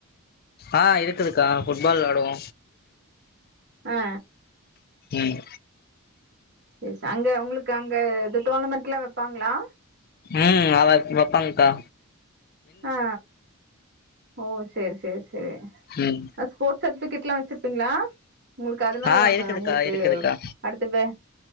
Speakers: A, on the left; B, on the right.
A: ஆ இருக்குதுக்கா ஃபுட்பால் விளையாடுவோ
B: ஆ
A: ம்
B: சேரி சேரி அங்க உங்களுக்கு அங்க இது டோர்னமெண்ட் எல்லா வைப்பாங்களா
A: ம் அவ வைப்பாங்க்கா
B: ஆ ஓ சேர் சேர் சேரி
A: ம்
B: ஸ்போர்ட்ஸ் சர்ட்டிஎஃபிகேட் எல்லா வச்சிருப்பீங்களா உங்களுக்கு அதனால
A: ஆ இருக்குதுக்கா
B: உங்களுக்கு
A: இருக்குதுக்கா
B: அடுத்துப் பே